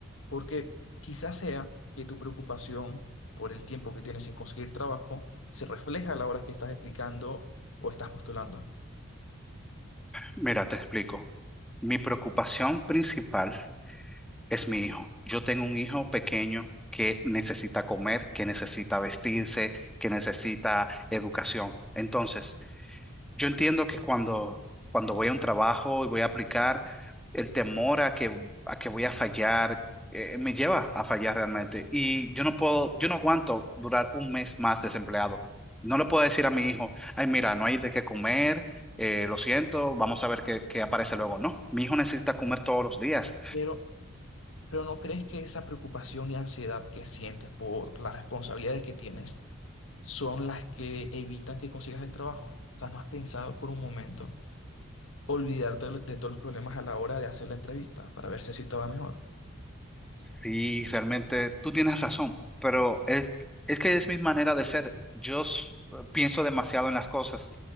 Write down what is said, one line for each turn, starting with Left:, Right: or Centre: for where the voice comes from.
Left: Porque quizás sea que tu preocupación por el tiempo que tienes sin conseguir trabajo se refleja a la hora que estás explicando o estás postulando.
Centre: Mira, te explico. Mi preocupación principal es mi hijo. Yo tengo un hijo pequeño que necesita comer, que necesita vestirse, que necesita educación. Entonces, yo entiendo que cuando, cuando voy a un trabajo y voy a aplicar, el temor a que, a que voy a fallar, eh, me lleva a fallar realmente. Y yo no puedo, yo no aguanto durar un mes más desempleado. No le puedo decir a mi hijo, ay, mira, no hay de qué comer, eh, lo siento, vamos a ver qué, qué aparece luego. No, mi hijo necesita comer todos los días
Left: pero Pero ¿no crees que esa preocupación y ansiedad que sientes por las responsabilidades que tienes son las que evitan que consigas el trabajo? O sea, ¿no has pensado por un momento olvidarte de, lo- de todos los problemas a la hora de hacer la entrevista para ver si así te va mejor?
Centre: Sí, realmente tú tienes razón, pero es, es que es mi manera de ser. Yo s- pienso demasiado en las cosas.